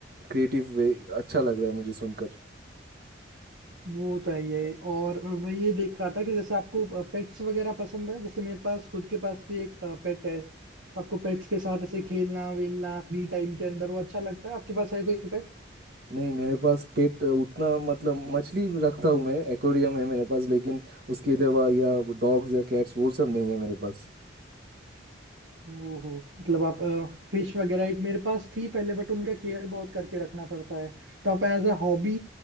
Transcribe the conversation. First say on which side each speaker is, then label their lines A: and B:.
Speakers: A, on the right; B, on the right.
A: क्रिएटिव वे अच्छा लग रहा है मुझे सुनकर
B: वो तो है ही है। और मैं ये देख रहा था कि जैसे आपको पेट्स वगैरह पसंद है जैसे मेरे पास खुद के पास भी एक पेट है तो आपको पेट्स के साथ ऐसे खेलना वेलना फ्री टाइम के अंदर वो अच्छा लगता है आपके पास है कोई पेट
A: नहीं मेरे पास पेट उतना मतलब मछली रखता हूँ मैं एक्वेरियम है मेरे पास लेकिन उसके अलावा या डॉग्स या कैट्स वो सब नहीं है मेरे पास
B: ओहो मतलब आप फिश वगैरह एक मेरे पास थी पहले बट उनका केयर बहुत करके रखना पड़ता है तो आप एज ए हॉबी